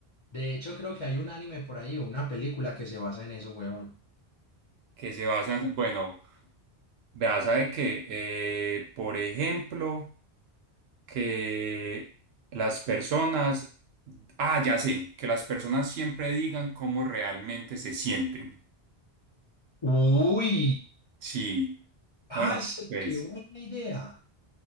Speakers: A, on the left; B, on the right.
A: De hecho, creo que hay un anime por ahí o una película que se basa en eso, weón.
B: Que se basa, bueno. Vea, sabe que, eh, por ejemplo, que las personas, ah, ya sé, que las personas siempre digan cómo realmente se sienten.
A: Uy,
B: Sí,
A: parce,
B: hola, pues,
A: qué buena idea.